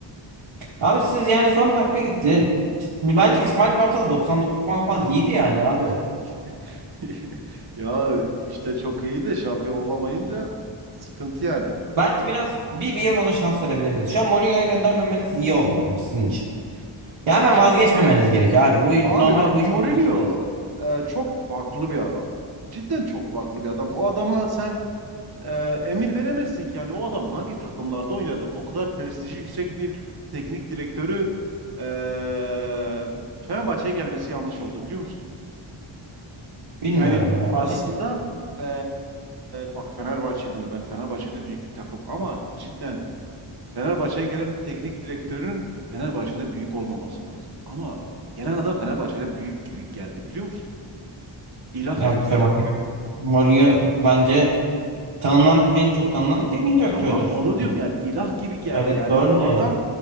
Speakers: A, on the right (about 75°); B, on the right (about 50°).
A: Abi siz yani son dakika gitti. Cid- Bence İsmail Kartal 99 puan falan iyiydi yani abi.
B: <laughs> <laughs> Ya işte çok iyi de şampiyon olamayınca sıkıntı yani.
A: Bence biraz bir, bir yıl ona şans verebilirdiniz. Şu an Mourinho'ya göndermemeniz iyi oldu bence sizin için. Ya hemen vazgeçmemeniz gerekiyor abi. Bu iş-
B: Abi
A: normalde
B: bak
A: bu
B: Mourinho
A: iş böyle olmaz.
B: e, çok farklı bir adam. Cidden çok farklı bir adam. O adama sen e, emir veremezsin ki. Yani o adam hangi takımlarda oynadı? O kadar prestiji yüksek bir teknik direktörü e, Fenerbahçe'ye gelmesi yanlış oldu biliyor musun?
A: Bilmiyorum
B: Yani
A: ya.
B: aslında
A: Belki
B: e, bak Fenerbahçeliyim ben. Fenerbahçe de büyük bir takım ama cidden Fenerbahçe'ye gelen bir teknik direktörün Fenerbahçe'den büyük olmaması lazım. Ama gelen adam Fenerbahçe'den büyük gibi geldi biliyor musun? İlah
A: ya
B: gibi
A: Fema-
B: geldi.
A: Mourinho bence tanınan en çok tanınan teknik direktördür.
B: Tamam onu diyorum yani ilah gibi geldi.
A: Evet
B: Yani
A: doğru
B: bu
A: diyorsun.
B: adam